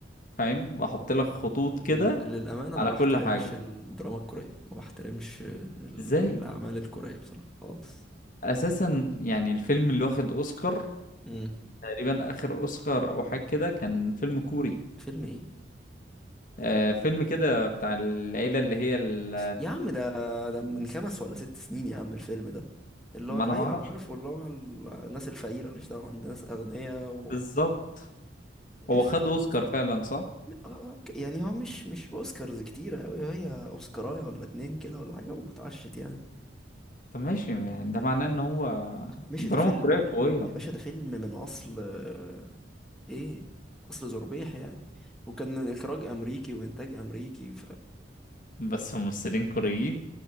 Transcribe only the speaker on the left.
فاهم بحط لك خطوط
كده
على
كل حاجه
ازاي
اساسا يعني الفيلم اللي واخد اوسكار
تقريبا اخر اوسكار او حاجه كده كان فيلم كوري
آه فيلم كده بتاع العيله اللي هي ال-
ما
انا ما اعرفش
بالظبط هو
خد
اوسكار فعلا صح
طب ماشي يعني ده معناه ان هو
الدراما
الكورية قوية
بس ممثلين كوريين